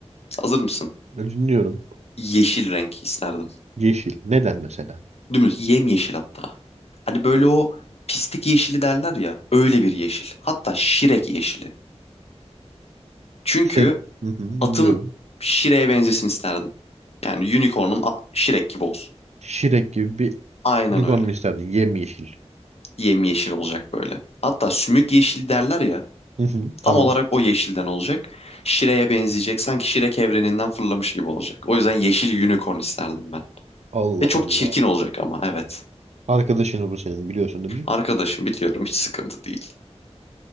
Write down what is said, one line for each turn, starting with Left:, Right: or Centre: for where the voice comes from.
Left: Hazır mısın?
Right: Ben Dinliyorum.
Left: Yeşil renk isterdim.
Right: Yeşil. Neden mesela?
Left: Dümdüz yemyeşil hatta. Hani böyle o pislik yeşili derler ya. Öyle bir yeşil. Hatta şirek yeşili. Çünkü
Right: Se- Hı hı,
Left: Atım
Right: dinliyorum.
Left: Şire'ye benzesin isterdim. Yani unicorn'um a- Şirek gibi olsun.
Right: Şirek gibi bir
Left: Aynen
Right: unicorn
Left: öyle.
Right: mu isterdin? Yemyeşil.
Left: Yemyeşil olacak böyle. Hatta sümük yeşil derler ya.
Right: Hı hı, Tamam.
Left: Tam olarak o yeşilden olacak. Şire'ye benzeyecek. Sanki Şirek evreninden fırlamış gibi olacak. O yüzden yeşil unicorn isterdim ben.
Right: Allah
Left: Ve çok
Right: Allah.
Left: çirkin olacak ama evet.
Right: Arkadaşını bu senin biliyorsun değil mi?
Left: Arkadaşım biliyorum hiç sıkıntı değil.